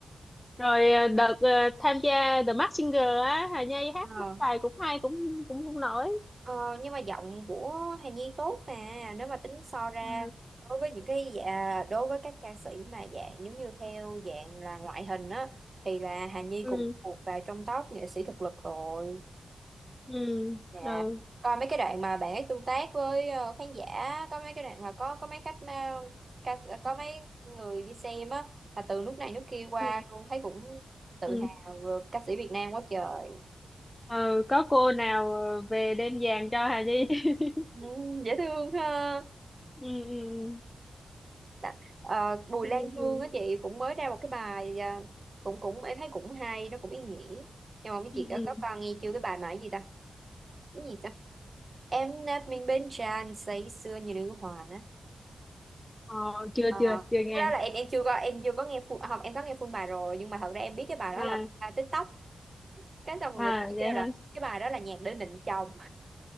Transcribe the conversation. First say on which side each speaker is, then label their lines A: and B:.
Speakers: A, on the left; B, on the right.
A: rồi à, đợt à, tham gia The Masked Singer á Hà Nhi hát
B: ờ,
A: mấy bài cũng hay cũng cũng không nổi
B: ờ nhưng mà giọng của Hà Nhi tốt mà nếu mà tính so ra
A: ừ,
B: đối với những cái dạ, đối với các ca sĩ mà dạng giống như theo dạng là ngoại hình á thì là Hà Nhi
A: ừ,
B: cũng thuộc vào trong top nghệ sĩ thực lực rồi
A: ừ,
B: Dạ,
A: ừ,
B: coi mấy cái đoạn mà bạn ấy tương tác với ờ, khán giả, có mấy cái đoạn mà có có mấy khách ờ, ca, có mấy người đi xem á, là từ nước này nước kia qua
A: ừ,
B: luôn thấy cũng tự
A: ừ.
B: hào vừa ca sĩ Việt Nam quá trời.
A: Ờ, có cô nào ờ, về đem vàng cho Hà Nhi <laughs>
B: Ừ, dễ thương ha.
A: ừ, ừ,
B: Đã- ờ, Bùi
A: ừ,
B: Lan
A: ừ,
B: Hương á chị cũng mới ra một cái bài à, cũng cũng em thấy cũng hay, nó cũng ý nghĩa. Nhưng mà mấy
A: ừ.
B: chị có
A: ừ.
B: có qua nghe chưa cái bài mà cái gì ta? Cái gì ta? Em đã mình bên tràn say sưa như nữ hoàng
A: Ờ, chưa
B: Ờ,
A: chưa chưa nghe
B: cái đó là em em chưa có em chưa có nghe full à, không em có nghe full bài rồi nhưng mà thật ra em biết cái bài đó
A: à
B: là full TikTok cái xong rồi
A: à
B: người ta
A: vậy
B: kêu
A: hả
B: là cái bài đó là nhạc để định chồng